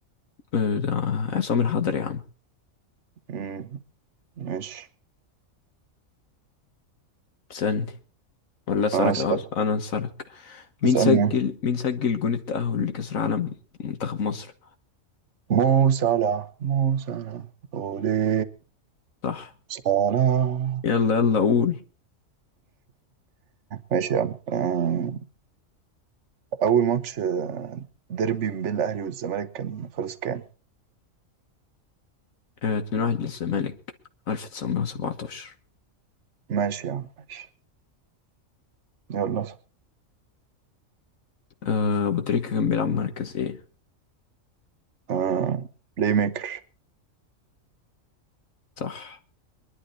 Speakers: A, on the left (about 80°); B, on the right (about 60°).
A: أه، ده عصام الحضري يا عم
B: مم، ماشي
A: اسألني ولا اسألك
B: آه، اس-
A: أه، انا اسألك مين
B: اسألني
A: سجل مين سجل جون التأهل لكأس العالم منتخب مصر
B: مو صلاح مو صلاح أولي
A: صح
B: صلاح
A: يلا يلا قول
B: ماشي يا عم آه، أول ماتش آه، ديربي بين الأهلي والزمالك كان خلص كام؟
A: آه، اتنين واحد للزمالك ألف تسعمية وسبعتاشر
B: ماشي يا عم ماشي يلا
A: آه، أبو تريكة كان بيلعب مركز ايه
B: آه بلاي ميكر
A: صح